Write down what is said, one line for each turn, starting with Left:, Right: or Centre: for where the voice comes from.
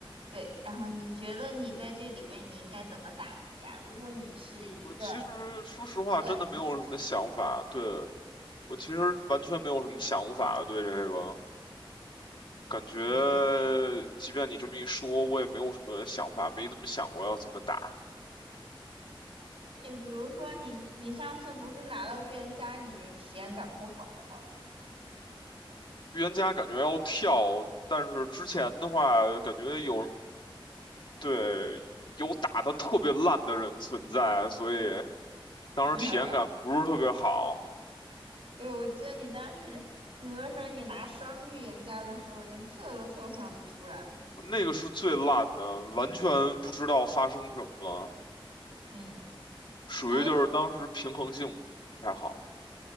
Right: 对，然后你觉得你在这里面你应该怎么打？假如说你是一个
Left: 我其实说实话，
Right: 恶灵骑士，
Left: 真的没有什么想法。对，我其实完全没有什么想法对这个。感觉即便你这么一说，
Right: 嗯，
Left: 我也没有什么想法，没怎么想过要怎么打。
Right: 你比如说你你上次不是拿到预言家你就体验感不好吗？
Left: 预言家感觉要跳，但是之前的话，感觉有人对有打的特别烂的人存在，所以当时体验感不是特别好。
Right: <laughs> 对，我记得你当时你不是说你拿双预言家的时候连测都测算不出来吗？
Left: 那个是最烂的，完全不知道发生什么了，
Right: 嗯，
Left: 属于就是当时平衡性不太好。
Right: 然后。